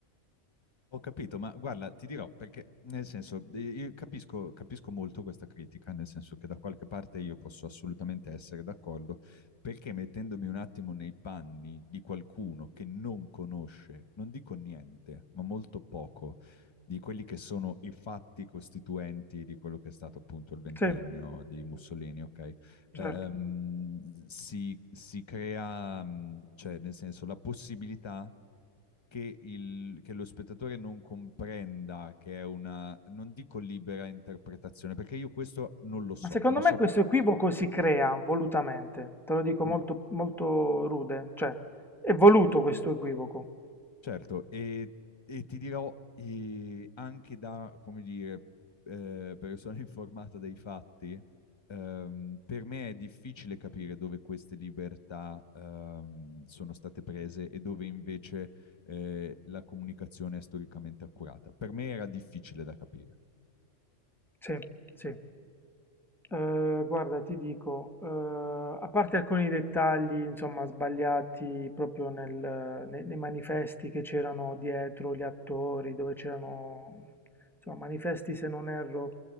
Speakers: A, on the left; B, in the centre.
A: Ho capito, ma guarda, ti dirò perché, nel senso, eh, io capisco, capisco molto questa critica, nel senso che da qualche parte io posso assolutamente essere d'accordo, perché mettendomi un attimo nei panni di qualcuno che non conosce, non dico niente, ma molto poco, di quelli che sono i fatti costituenti di quello che è stato appunto il ventennio
B: Sì,
A: di Mussolini, ok? Ehm,
B: certo.
A: si, si crea, mm, cioè, nel senso, la possibilità che, il- che lo spettatore non comprenda che è una, non dico libera interpretazione, perché io questo non lo so,
B: Ma secondo
A: non
B: me
A: so
B: questo equivoco si crea volutamente, te lo dico molto,
A: Mm.
B: molto rude, cioè è voluto questo equivoco.
A: Certo, e, e ti dirò eh, anche da, come dire, eh, persona <laughs> informata dei fatti, ehm, per me è difficile capire dove queste libertà ehm, sono state prese e dove invece eh, la comunicazione è storicamente accurata. Per me era difficile da capire.
B: Sì, sì. Ehm, guarda ti dico, ehm, a parte alcuni dettagli, insomma, sbagliati proprio nel ne nei manifesti che c'erano dietro gli attori, dove c'erano insomma, manifesti se non erro,